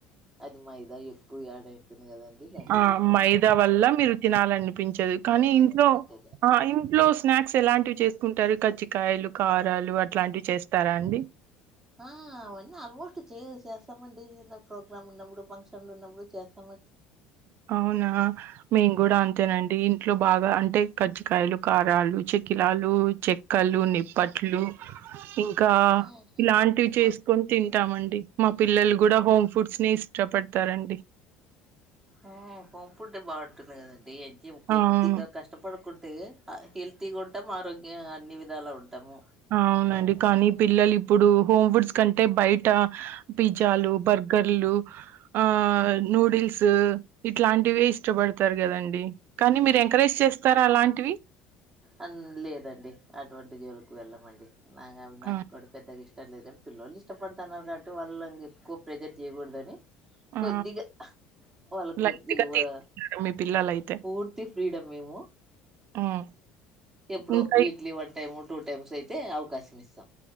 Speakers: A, on the right (about 25°); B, on the right (about 60°).
A: అది మైదా ఏ కూవ యాడ్ కదండి దాని
B: ఆ
A: జోలికి పోము
B: మైదా వల్ల మీరు తినాలనిపించదు కానీ
A: తినాలనిపించదు
B: ఇంట్లో ఆ ఇంట్లో లో స్నాక్స్ ఎలాంటివి చేసుకుంటారు కజ్జికాయలు కారాలు అట్లాంటివి చేస్తారా అండి
A: ఆ అవన్నీ ఆల్మోస్ట్ చే చేస్తామండి ప్రోగ్రామ్ ఉన్నప్పుడు ఫంక్షన్లు ఉన్నప్పుడు చేస్తా
B: అవునా మేము కూడా
A: ఆ
B: అంతేనండి ఇంట్లో బాగా అంటే కజ్జికయలు, కారాలు, చెకిలాలు, చెక్కలు, నిప్పట్లు ఇంకా
A: ఆ
B: ఇలాంటివి
A: అలా
B: చేసుకొని తింటామండి మా పిల్లలు కూడా హోమ్ ఫుడ్స్ నే ఇష్టపడతారండి
A: ఊ హోంపుడే బాగుంటుంది కదండి ఎంచెపు కొద్దిగా
B: అవును
A: కష్టపడి కుంటే హెల్తీగా ఉంటాం ఆరోగ్యం అన్ని విధాల ఉంటాము
B: అవునండి కానీ పిల్లలు ఇప్పుడు హోమ్ ఫుడ్స్ కంటే బయట పిజ్జాలు బర్గర్లు ఆ నూడిల్స్ ఇట్లాంటివే ఇష్టపడతారు కదండి కానీ మీరు ఎంకరేజ్ చేస్తారా అలాంటివి
A: అ లేదండి అటువంటి జోలికి వెళ్ళమండి నాకు అవి నాకు
B: ఆ
A: కూడా పెద్దగా ఇష్ ష్టం లేదు కానీ పిల్లలు ఇష్టపడుతున్నారు కాబట్టి వాళ్ళున్ ఎక్కు ప్రెజర్ చేయకూడదని
B: ఆ
A: కొద్దిగా వాళ్ళ క్
B: లైట్
A: కొద్దిగా
B: గా తీసుకుంటారు
A: ఆ
B: మీ పిల్లలయితే
A: పూర్తి ఫ్రీడమ్ మేము
B: హ్మ్
A: ఎప్పుడో
B: ఇంకా
A: weekly
B: ఇ
A: one time two times అయితే అవకాశం ఇస్తాం